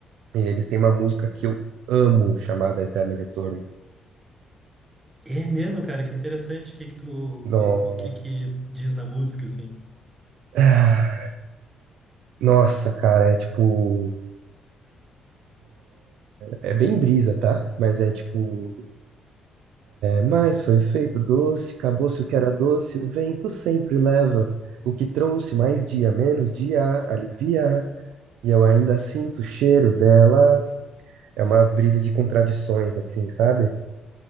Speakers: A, on the right; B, on the right.
A: e eles têm uma música que eu amo, chamada Eterno Retorno.
B: É mesmo, cara, que interessante. O que que tu, o,
A: Nossa.
B: o que que diz na música, assim?
A: Ah, Nossa, cara, é tipo. É bem brisa, tá? Mas é tipo. Mas foi feito doce, acabou-se o que era doce, o vento sempre leva. O que trouxe mais dia, menos dia, alivia. E eu ainda sinto o cheiro dela. É uma brisa de contradições, assim, sabe?